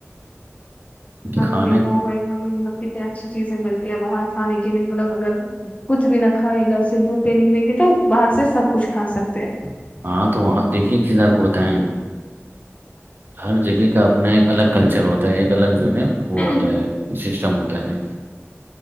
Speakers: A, on the left (about 30°); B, on the right (about 45°).
A: آپ
B: کھانے
A: نے دیکھا ہوگا کتنے اچھی چیزیں ملتی ہیں باہر کھانے کے لیے مطلب اگر کچھ بھی نہ کھائے گھر سے بھوکے نکلیں گے تو باہر سے سب کچھ کھا سکتے ہیں
B: ہاں تو وہاں دیکھیے کز آپ کو بتائیں ہر جگہ کا اپنا ایک الگ کلچر ہوتا ہے ایک الگ جو ہے
A: ہیں
B: وہ ہوتا ہے سسٹم ہوتا ہے